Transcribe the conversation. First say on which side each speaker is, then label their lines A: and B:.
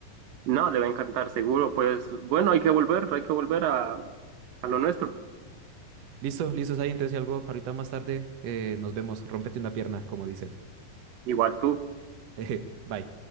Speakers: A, on the right; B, on the right.
A: No, le va a encantar, seguro. Pues bueno, hay que volver, hay que volver a, a lo nuestro.
B: Listo, listo, ahí entonces si algo, ahorita más tarde eh, nos vemos, rómpete una pierna, como dicen.
A: Igual tú.
B: <laughs> Bye.